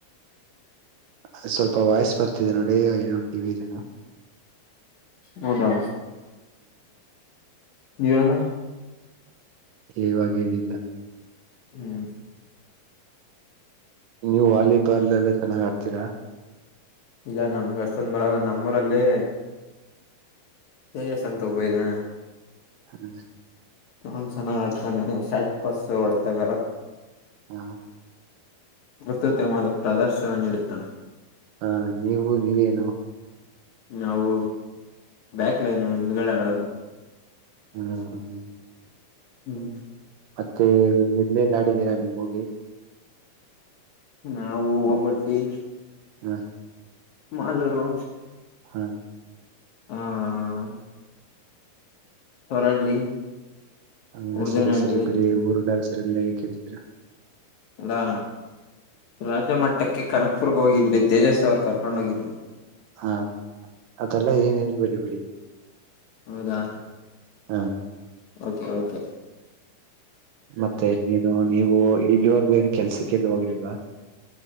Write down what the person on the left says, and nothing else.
ಹೌದಾ ಇವಾಗ
ಹ್ಮ್
ಇಲ್ಲ ನಮ್ಗ ಅಷ್ಟೊಂದ ಬರಲ್ಲಾ ನಮ್ಮರಲ್ಲಿ ತೇಜಸ್ ಅಂತ ಒಬ್ಬ ಇದಾನೆ
ಅವನ್ ಚೆನಾಗ ಆಡ್ತಾನಿ ಶರ್ಟ್ ಪಸ್ ಹೊಡತಾಗ
ಅತ್ತುತಮವಾದ ಪ್ರದರ್ಶನ ನೀಡುತ್ತಾನೆ
ನಾವು ಬ್ಯಾಕ್ ಲೈನ್ ಹಿಂದ್ಗಡೆ ಆಡೋದು
ಹ್ಮ್
ನಾವು ಒಬಟ್ಟಿ
ಮಾಲೂರು
ಹ್ಮ್ ಹೊರಳ್ಳಿ
ಉಡ್ದನಹಳ್ಳಿ
ಅಲ್ಲಾ ರಾಜ ಮಟ್ಟಕ್ಕೆ ಕನಕ್ಪುರ್ ಹೋಗಿದ್ರಿ ತೇಜಸ್ ಅವ್ರು ಕರ್ಕೊಂಡ ಹೊಗಿದ್ರು
ಹೌದಾ
ಓಕೆ ಓಕೆ